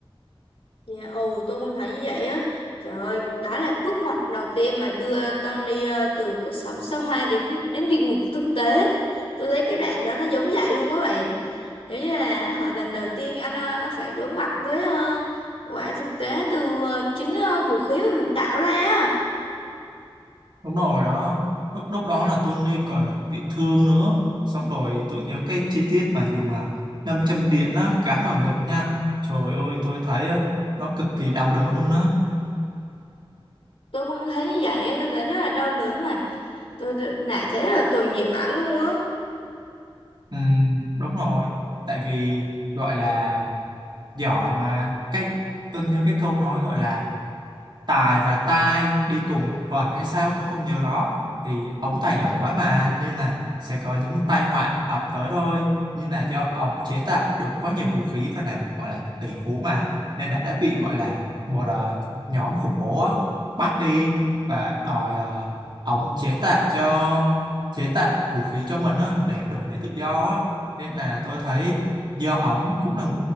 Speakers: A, on the left; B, on the right.
A: Dạ, ồ, tôi cũng thấy như vậy á. Trời ơi, đó là bước ngoặt đầu tiên mà đưa Tony ờ, từ cuộc sống xa hoa đến đến địa ngục thực tế. Tôi thấy cái đoạn đó nó giống vậy luôn các bạn. Giống như là họ lần đầu tiên anh ờ, anh phải đối mặt với ờ, quả thực tế từ ờ, chính ờ, vũ khí mà mình tạo ra á.
B: Đúng rồi đó lúc lúc đó là Tony còn à, bị thương nữa xong rồi tôi nhớ cái chi tiết mà dùng à, nam châm điện á gắn vào ngực nha trời ơi tôi thấy á, nó cực kỳ đau đớn luôn á
A: Tôi cũng thấy như vậy á, tôi thấy rất là đau đớn mà. Tôi lại thấy rất là tội nghiệp ảnh luôn á.
B: Ừm, đúng rồi tại vì gọi là giỏi mà cái tôi nhớ cái câu nói gọi là Tài và Tai đi cùng một vần hay sao tôi không nhớ rõ thì ổng tài giỏi quá mà nên là sẽ có những tai họa ập tới thôi nhưng là do ổng chế tạo được quá nhiều vũ khí và làm gọi là một tỷ phú mà nên là đã bị gọi là một ờ, nhóm khủng bố á, bắt đi và đòi ờ, ổng chế tạo cho chế tạo vũ khí cho mình á, để đổi lấy tự do á. nên là tôi thấy do ổng cũng là